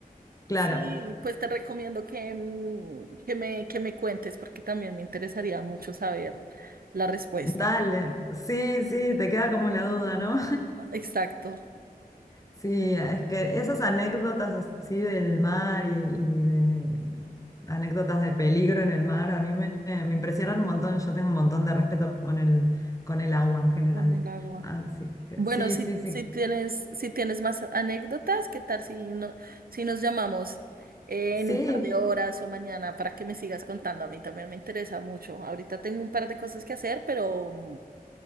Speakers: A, on the left; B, on the right.
A: Claro,
B: Sí, pues te recomiendo que, mm, que me, que me cuentes porque también me interesaría mucho saber la respuesta.
A: dale. Sí, sí, te queda como la duda, ¿no?
B: Exacto,
A: Sí, es que esas anécdotas así del mar y, y de anécdotas de peligro en el mar a mí me, me impresionan un montón. Yo tengo un montón de respeto con el, con el agua en general.
B: con el agua.
A: Así que
B: Bueno,
A: sí,
B: si,
A: sí, sí.
B: si tienes, si tienes más anécdotas, ¿qué tal si, no, si nos llamamos eh, en
A: Sí,
B: un par de horas o mañana para que me sigas contando? A mí también me interesa mucho. Ahorita tengo un par de cosas que hacer, pero, mm,